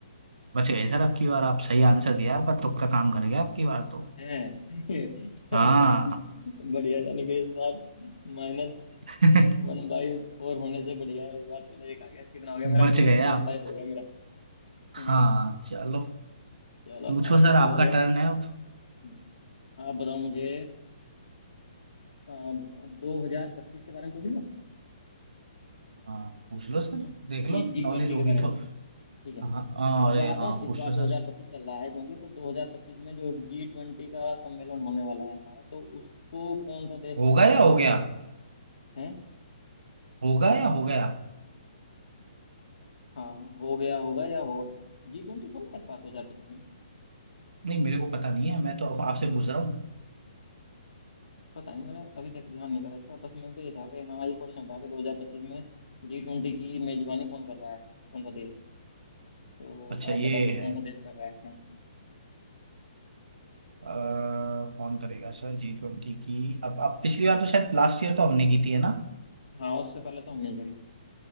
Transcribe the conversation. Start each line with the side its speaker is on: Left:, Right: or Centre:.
Left: हाँ
Right: बच गए सर आपकी बार आप सही आंसर दिया आपका तुक्का काम कर गया आपकी बार तो
Left: है <laughs> चलो
Right: हाँ
Left: बढ़िया यानी कि इस बार माइनस
Right: <laughs>
Left: वन बाई फोर होने से बढ़िया है इस बार चलो एक आ गया कितना हो गया
Right: बच
Left: मेरा पॉइंट
Right: गए
Left: सेवन
Right: आप
Left: फाइव हो गया मेरा
Right: हाँ
Left: हम्म
Right: चलो
Left: चलो
Right: पूछो
Left: आप बताओ
Right: सर आपका टर्न है अब
Left: हम्म, आप बताओ मुझे दो हजार पच्चीस के बारे में पूछ लूँ
Right: हाँ पूछ लो सर
Left: हाँ
Right: देख
Left: जी
Right: लो
Left: जी
Right: नॉलेज
Left: ट्वेंटी
Right: होगी
Left: के बारे
Right: तो
Left: में ठीक है
Right: हाँ हाँ,
Left: इस
Right: अरे
Left: बार
Right: हाँ
Left: ना इस
Right: पूछ
Left: बार
Right: लो सर
Left: 2025 चल रहा है क्योंकि तो 2025 में जो जी ट्वेंटी का सम्मेलन होने वाला है हमारा तो उसको कौन सा देश
Right: होगा
Left: होस्ट
Right: या
Left: कर रहा
Right: हो
Left: है
Right: गया
Left: हैं
Right: होगा या हो गया
Left: हाँ हो गया होगा या हो जी ट्वेंटी हो गया इस बार 2025 में
Right: नहीं मेरे को पता नहीं है मैं तो आपसे पूछ रहा हूँ
Left: पता नहीं मैंने अभी तक ध्यान नहीं करा इसका बस मैंने तो ये था कि हाँ ये क्वेश्चन था कि 2025 में जी ट्वेंटी की मेजबानी कौन कर रहा है कौन सा देश तो
Right: अच्छा
Left: आप
Right: ये
Left: बताओ कि कौन
Right: है
Left: सा देश कर रहा है हाँ
Right: अ, कौन करेगा सर जी ट्वेंटी की अब अब पिछली बार तो शायद लास्ट ईयर तो हमने की थी है ना
Left: हाँ उससे पहले तो हम नहीं करी